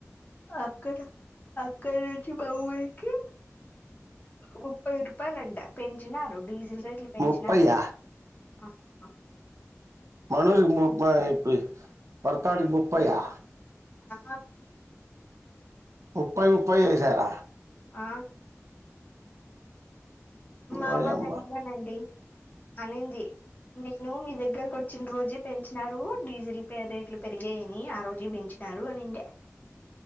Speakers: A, on the left; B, on the right.
A: అక్కడ అక్కడి నుంచి మా ఊరికి ముప్పై రూపాయలంట పెంచినారు డీజిల్ రేట్లు పెంచినారంట
B: ముపైయ్య
A: ఆ
B: మనూరికి ముపై అయి పొయి పర్తాడికి ముపై య
A: ఆ
B: ముప్పైయి ముప్పైయి చేసార
A: ఆ మా
B: ఓయమ్మ
A: అవ్వ లెక్చరర్ అండి అనింది నేను మీ దగ్గరకు వచ్చిన రోజే పెంచినారు డీజిల్ రేట్లు పెరిగాయని ఆ రోజే పెంచింది అరు అనిండే